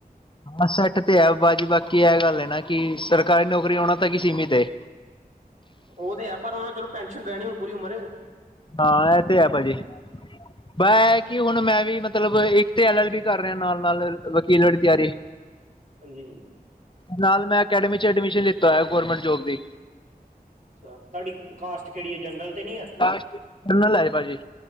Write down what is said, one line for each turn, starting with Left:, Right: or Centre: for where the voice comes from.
Left: ਮੰਮਾ ਸੈਟ ਤੇ ਹੈ ਭਾਜੀ, ਬਾਕੀ ਇਹ ਗੱਲ ਹੈ ਨਾ ਕਿ ਸਰਕਾਰੀ ਨੌਕਰੀ ਓਹਨਾ ਤੱਕ ਹੀ ਸੀਮਿਤ ਏ।
Right: ਉਹ ਤੇ ਹੈ, ਪਰ ਉਹ ਚਲੋ ਪੈਨਸ਼ਨ ਰਹਿਣੀ ਪੂਰੀ ਉਮਰ
Left: ਹਾਂ, ਇਹ ਤੇ ਹੈ ਭਾਜੀ। ਬ ਇਹ ਕਿ ਹੁਣ ਮੈਂ ਵੀ ਮਤਲਬ ਇੱਕ ਤੇ ਐਲ ਐਲ ਬੀ ਕਰ ਰਿਹਾ ਨਾਲ- ਨਾਲ। ਵਕੀਲ ਵਾਲੀ ਤਿਆਰੀ
Right: ਹਾਂਜੀ
Left: ਨਾਲ ਮੈਂ ਅਕੈਡਮੀ 'ਚ ਐਡਮਿਸ਼ਨ ਲਿੱਤਾ ਹੋਇਆ ਗੌਰਮੈਂਟ ਜੋਬ ਦੀ।
Right: ਅੱਛਾ, ਤੁਹਾਡੀ ਕਾਸਟ ਕਿਹੜੀ ਹੈ? ਜਨਰਲ ਤੇ ਨੀ ਹੈ?
Left: ਕਾਸ਼ਟ, ਕਰਨਲ ਹੈ ਭਾਜੀ।